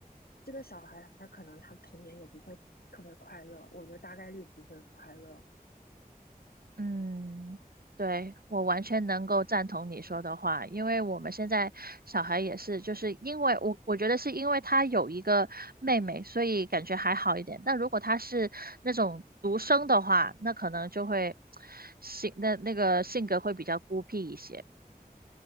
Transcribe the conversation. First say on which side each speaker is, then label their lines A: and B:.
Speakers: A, on the left; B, on the right.
A: 这个小孩他可能他童年也不会特别快乐，我觉得大概率不会快乐。
B: 嗯，对，我完全能够赞同你说的话，因为我们现在小孩也是，就是因为我我觉得是因为他有一个妹妹，所以感觉还好一点。但如果他是那种独生的话，那可能就会 <tsk> 性那那个性格会比较孤僻一些。